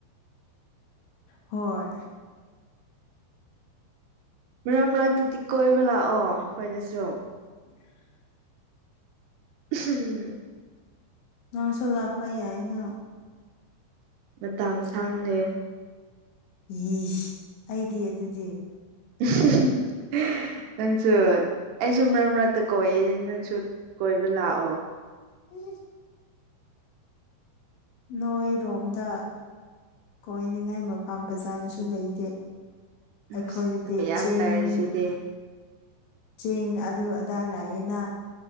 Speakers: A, on the left; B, on the right.
A: ꯍꯣꯏ
B: ꯃꯔꯛ ꯃꯔꯛꯇꯨꯗꯤ ꯀꯣꯏꯕ ꯂꯥꯛꯑꯣ ꯑꯩꯈꯣꯏꯗꯁꯨ
A: <inaudible>
B: ꯎꯝ
A: ꯅꯪꯁꯨ ꯂꯥꯛꯄ ꯌꯥꯏꯅ
B: ꯃꯇꯝ ꯁꯥꯡꯗꯦ
A: ꯌꯤꯁ ꯑꯩꯗꯤ ꯑꯗꯨꯗꯤ
B: <unintelligible> ꯅꯪꯁꯨ ꯑꯩꯁꯨ ꯃꯔꯛ ꯃꯔꯛꯇ ꯀꯣꯏꯌꯦ ꯅꯪꯁꯨ ꯀꯣꯏꯕ ꯂꯥꯛꯑꯣ
A: ꯎ ꯅꯣꯏꯔꯣꯝꯗ ꯀꯣꯏꯅꯤꯡꯉꯥꯏ ꯃꯐꯝ ꯐꯖꯕꯁꯨ ꯂꯩꯇꯦ ꯑꯩꯈꯣꯏꯗꯗꯤ
B: ꯑꯁ ꯃꯌꯥꯝ
A: ꯆꯤꯡ
B: ꯂꯩꯔꯤꯁꯤꯗꯤ
A: ꯆꯤꯡ ꯑꯗꯨ ꯑꯗꯥ ꯂꯩꯑꯦꯅꯥ